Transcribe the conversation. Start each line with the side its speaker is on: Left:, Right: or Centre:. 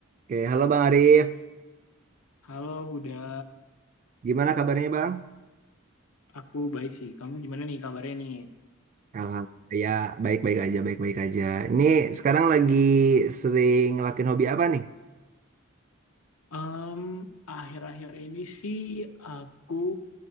Right: Oke, halo Bang Arif.
Left: Halo, udah
Right: Gimana kabarnya Bang?
Left: aku baik sih. Kamu gimana nih kabarnya nih?
Right: Alhamdulillah, ya baik-baik aja, baik-baik aja. Ini sekarang lagi sering ngelakuin hobi apa nih?
Left: Em, akhir-akhir ini sih aku